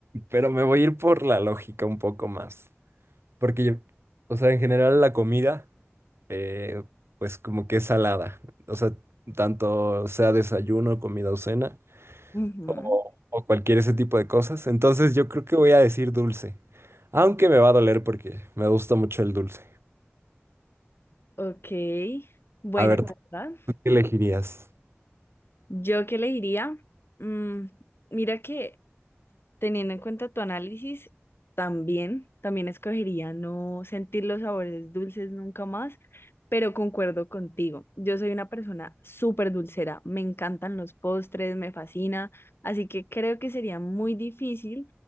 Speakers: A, on the right; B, on the left.
A: pero me voy a ir por la lógica un poco más. Porque yo, o sea, en general la comida. eh, pues como que es salada. O sea, tanto sea desayuno, comida o cena,
B: ujú.
A: o, o cualquier ese tipo de cosas. Entonces yo creo que voy a decir dulce, aunque me va a doler porque me gusta mucho el dulce.
B: Ok. Bueno,
A: A ver,
B: la verdad,
A: ¿tú qué elegirías?
B: yo qué le diría, Mm, mira que Teniendo en cuenta tu análisis, también, también escogería no sentir los sabores dulces nunca más, pero concuerdo contigo. Yo soy una persona súper dulcera, me encantan los postres, me fascina, así que creo que sería muy difícil,